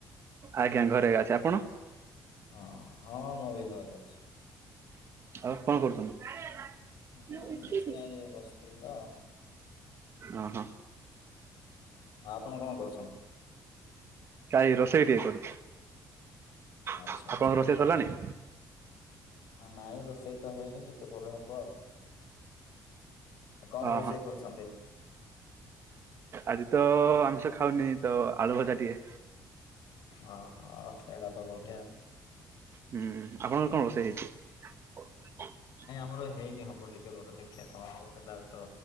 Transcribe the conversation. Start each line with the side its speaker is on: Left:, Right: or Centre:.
Right: ଆଜ୍ଞା ଘରେ ଅଛି। ଆପଣ?
Left: ହଁ ହଁ ମୁଁ ବି ଘରେ ଅଛି।
Right: ଆଉ କଣ କରୁଛନ୍ତି?
Left: ନାଇଁ କିଛି ନାଇଁ ଟିକେ ବସିଥିଲି ତ
Right: ଓ ହଁ।
Left: ଆ ଆପଣ କଣ କରୁଛନ୍ତି?
Right: କାଇ ରୋଷେଇ ଟିକେ କରଛି
Left: ଆଚ୍ଛା
Right: ଆପଣଙ୍କ
Left: ଆଚ୍ଛା
Right: ରୋଷେଇ ସରିଲାଣି?
Left: ଆଉ ନାଇଁ ରୋଷେଇ ତ ହେଇନି ଟିକେ ପରେ ହବ ଆଉ କଣ
Right: ଓହୋ
Left: ରୋଷେଇ କରୁଛନ୍ତି?
Right: ଆଜି ତ ଆମଷ ଖାଉନି ତ ଆଳୁ ଭଜାଟିଏ
Left: ଓ ହଁ ସେଇଟା ତ ବଢିଆ ଆ
Right: ହୁଁ ଆପଣଙ୍କର କଣ ରୋଷେଇ ହେଇଛି?
Left: ମୋର ହେଇନି ହବ ଟିକେ ବ ଦେଖିବା କଣ ହଉ ସେଟା ତ